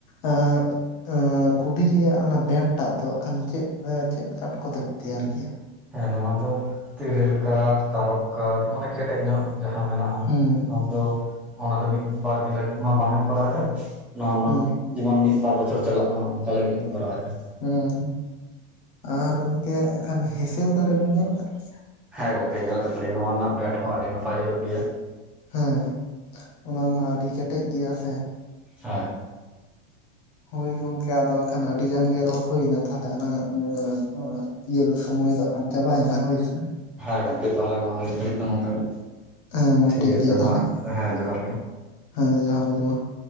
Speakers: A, on the left; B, in the centre.
A: ᱮᱸ ᱠᱩᱰᱤ ᱨᱮᱭᱟᱜ ᱚᱱᱟ ᱵᱮᱴ ᱴᱟᱜ ᱫᱚ ᱟᱜ ᱠᱷᱟᱱ ᱪᱮᱫ ᱨᱮ ᱪᱮᱫ ᱠᱟᱴ ᱠᱚᱛᱮ ᱯᱮ ᱛᱮᱭᱟᱨ ᱜᱮᱭᱟ?
B: ᱦᱮᱸ ᱱᱚᱣᱟ ᱫᱚ ᱛᱮᱹᱨᱮᱹᱞ ᱠᱟᱴ, ᱛᱟᱨᱚᱵ ᱠᱟᱴ ᱢᱟᱱᱮ ᱠᱮᱴᱮᱡ ᱧᱚᱜ᱿ ᱡᱟᱦᱟᱸ ᱢᱮᱱᱟᱜᱼᱟ
A: ᱦᱩᱸ
B: ᱟᱢ ᱫᱚ ᱚᱱᱟ ᱫᱚ ᱢᱤᱫ ᱵᱟᱨ ᱫᱤᱱ ᱞᱟᱹᱜᱤᱫ ᱢᱟ ᱵᱟᱝᱮᱢ ᱠᱚᱨᱟᱣᱮᱫᱼᱟ᱾ ᱱᱚᱣᱟ ᱢᱟ
A: ᱦᱩᱸ
B: ᱡᱮᱢᱚᱱ ᱢᱤᱫ ᱵᱟᱨ ᱵᱚᱪᱷᱚᱨ ᱪᱟᱞᱟᱜ ᱢᱟ ᱚᱱᱠᱟ ᱞᱟᱹᱜᱤᱫ ᱮᱢ ᱠᱚᱨᱟᱣᱮᱫᱼᱟ᱾
A: ᱦᱩᱸ ᱦᱩᱸ ᱟᱨ ᱜᱚᱝᱠᱮ ᱮᱠᱷᱟᱱ ᱦᱮᱸᱥᱮᱞ ᱫᱟᱨᱮ ᱵᱤᱱ ᱧᱮᱞ ᱟᱠᱟᱫ ᱜᱮᱭᱟ?
B: ᱦᱮᱸ ᱜᱚᱝᱠᱮ ᱧᱮᱞ ᱠᱟᱫᱟᱞᱤᱧ ᱱᱚᱣᱟ ᱨᱮᱱᱟᱜ ᱵᱮᱴ ᱦᱚᱸ ᱟᱹᱰᱤ ᱱᱟᱯᱟᱭ ᱦᱩᱭᱩᱜ ᱜᱮᱭᱟ ᱾
A: ᱦᱮᱸ ᱚᱱᱟ ᱢᱟ ᱟᱹᱰᱤ ᱠᱮᱴᱮᱡ ᱜᱮᱭᱟ ᱥᱮ᱾
B: ᱦᱮᱸ
A: ᱦᱳᱭ ᱜᱚᱝᱠᱮ ᱟᱫᱚ ᱟᱠᱷᱟᱱ ᱟᱹᱰᱤ ᱜᱟᱱ ᱜᱮ ᱨᱚᱲ ᱦᱩᱭᱱᱟ ᱛᱟᱦᱚᱞᱮ ᱟᱞᱟᱝᱟᱜ <unintelligible> ᱤᱭᱟᱹ ᱫᱚ ᱥᱚᱢᱚᱭ ᱫᱚ ᱟᱜᱠᱷᱟᱱ ᱪᱟᱵᱟᱭ ᱱᱟ ᱦᱳᱭ ᱥᱮ
B: ᱦᱮᱸ ᱜᱚᱢᱠᱮ ᱛᱟᱦᱚᱞᱮ ᱢᱟ ᱱᱤᱛ ᱜᱷᱟᱹᱲᱤᱡ ᱫᱚ ᱱᱚᱝᱠᱟ ᱜᱮ
A: ᱦᱮᱸ ᱢᱟ
B: ᱴᱷᱤᱠ ᱟᱪᱷᱮ
A: ᱜᱮᱭᱟ ᱛᱟᱦᱚᱞᱮ
B: ᱢᱟ ᱦᱮᱸ ᱡᱚᱦᱟᱨ ᱜᱮ ᱾
A: ᱦᱮᱸ ᱡᱚᱦᱟᱨ ᱜᱮ ᱢᱟ ᱾